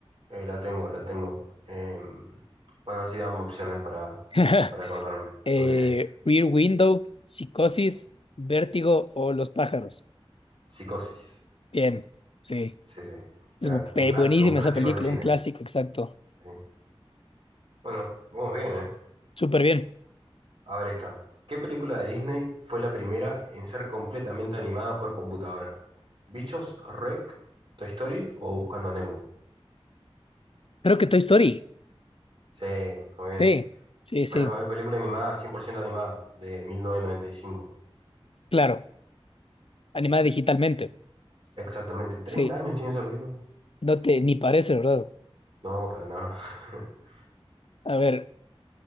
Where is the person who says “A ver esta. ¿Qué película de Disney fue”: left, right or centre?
Right